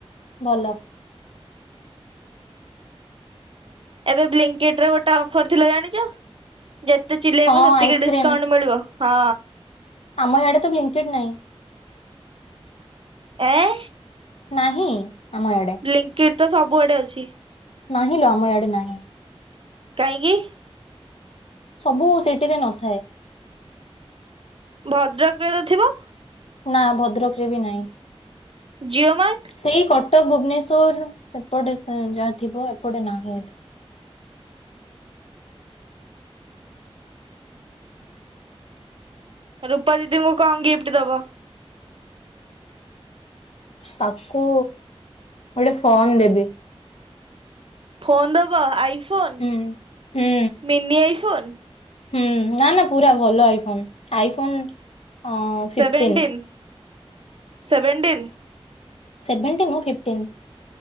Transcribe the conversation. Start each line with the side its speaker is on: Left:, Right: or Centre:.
Left: ଭଲ।
Right: ଏବେ ବ୍ଲିଙ୍କକିଟ ରେ ଗୋଟେ ଅଫର ଥିଲା ଜାଣିଛ? ଯେତେ ଚିଲେଇବ
Left: ହଁ
Right: ସେତିକି
Left: ଆଇସ୍କ୍ରିମ
Right: ଡିସକାଉଣ୍ଟ ମିଳିବ। ହଁ
Left: ଆମ ୟାଡେ ତ ବ୍ଲିଙ୍କଡ ନାହିଁ।
Right: ଏଁ।
Left: ନାହିଁ। ଆମ ଇଆଡେ।
Right: ବ୍ଲୀଙ୍କିଡ ତ ସବୁଆଡେ ଅଛି।
Left: ନାହିଁ ଲୋ ଆମ ଇଆଡେ ନାହିଁ।
Right: କାହିଁକି?।
Left: ସବୁ ସିଟି ରେ ନଥାଏ।
Right: ଭଦ୍ରକରେ ତ ଥିବ।
Left: ନା ଭଦ୍ରକ ରେ ବି ନାହିଁ।
Right: ଜିଓ ମାର୍ଟ।
Left: ସେଇ କଟକ ଭୁବନେଶ୍ୱର ସେପଟେ ଯାହା ଥିବ ଏପଟେ ନାହିଁ।
Right: ରୂପା ଦିଦିଙ୍କୁ କଅଁ ଗିଫ୍ଟ ଦବ?
Left: ତାକୁ ଗୋଟେ ଫୋନ ଦେବି।
Right: ଫୋନ ଦବ ଆଇଫୋନ୍
Left: ହୁଁ ହୁଁ
Right: ମିନି ଆଇଫୋନ୍?
Left: ହୁଁ ନା ନା ପୁରା ଭଲ ଆଇଫୋନ ଆଇଫୋନ ଅ ଫିଫ୍ଟିନ୍
Right: ସେଭେଣ୍ଟିନ୍ ସେଭେଣ୍ଟିନ୍।
Left: ସେଭେଣ୍ଟି ମୁଁ ଫିଫ୍ଟିନ୍।